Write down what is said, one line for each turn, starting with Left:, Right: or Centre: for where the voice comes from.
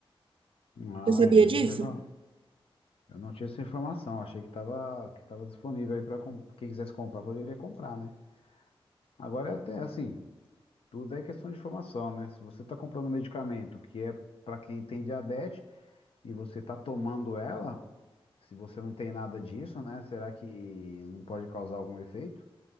Left: Ah,
Right: Você sabia
Left: eu não tinha
Right: disso?
Left: essa, infor- eu não tinha essa informação. Achei que tava, que tava disponível aí para quem quisesse comprar, poderia comprar, né? Agora é até assim, tudo é questão de informação, né? Se você tá comprando medicamento que é para quem tem diabetes e você tá tomando ela, se você não tem nada disso, né? Será que não pode causar algum efeito?